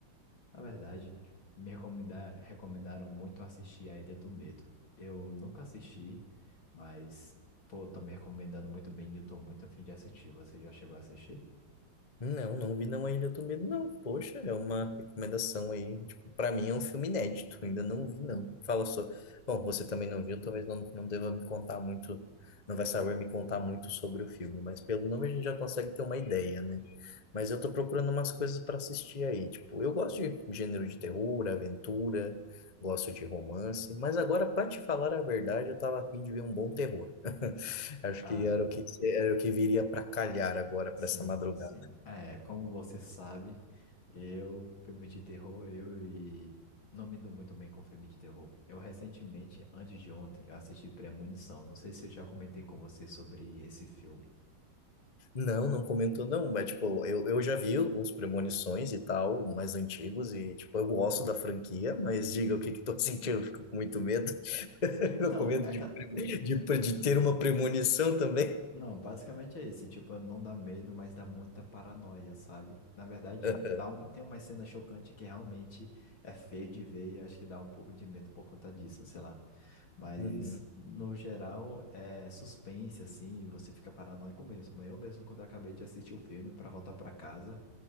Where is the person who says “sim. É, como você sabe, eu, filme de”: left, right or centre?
Left